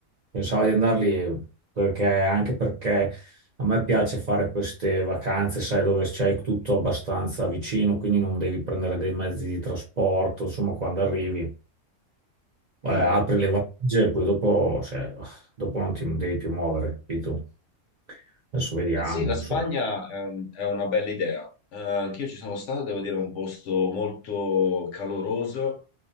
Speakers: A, on the right; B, on the left.
A: pensavo di andarli perché, anche perché a me piace fare queste vacanze, sai, dove c'hai tutto abbastanza vicino, quindi non devi prendere dei mezzi di trasporto, insomma, quando arrivi, eh,
B: Mm.
A: apri le valigie e poi dopo, cioè, dopo non ti devi più muovere, capito? Adesso vediamo,
B: Eh Sì, la Spagna
A: insomma.
B: è, un- è una bella idea. Eh, anch'io ci sono stato, devo dire, è un posto molto caloroso,